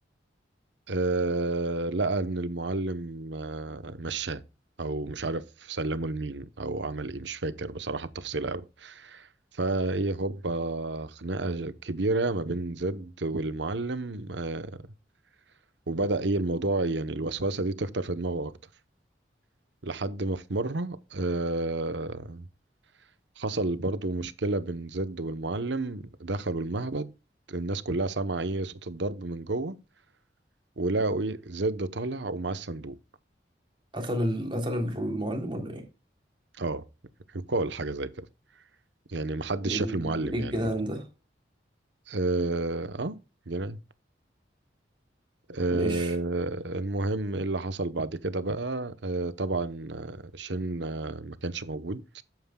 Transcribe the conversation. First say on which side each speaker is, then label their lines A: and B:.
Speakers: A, on the right; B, on the right.
A: آه، لقى إن المعلم آه، مشاه أو مش عارف سلمه لمين أو عمل إيه مش فاكر بصراحة التفصيل أوي فهي هوبا خناقة كبيرة ما بين زد والمعلم آه، وبدأ ايه الموضوع يعني الوسوسة دي تكتر في دماغه أكتر لحد ما في مرة آه، حصل برضو مشكلة بين زد والمعلم دخلوا المعبد الناس كلها سامعة ايه صوت الضرب من جوه ولقوا ايه زد طالع ومعاه الصندوق
B: قتل ال... قتل المعلم ولا ايه
A: اه يقال حاجة زي كده يعني محدش
B: ايه ال-
A: شاف المعلم
B: إيه الجنان
A: يعني برضو
B: ده
A: اه آه، جنان آه،
B: مش
A: المهم إيه اللي حصل بعد كده بقى آه، طبعا آه، شن آه، ما كانش موجود